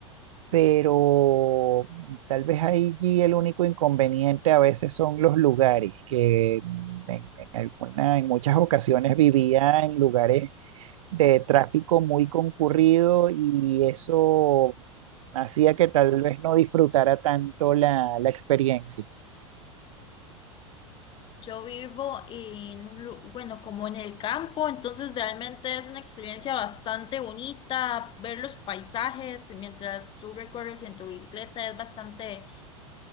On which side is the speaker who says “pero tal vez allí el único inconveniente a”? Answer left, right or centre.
Right